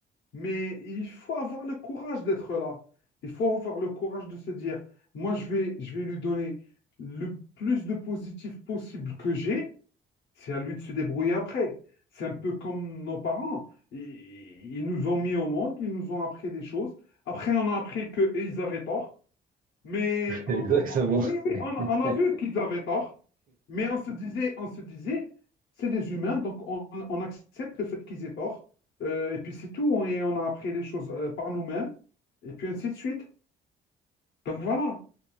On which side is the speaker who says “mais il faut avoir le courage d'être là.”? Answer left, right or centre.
Left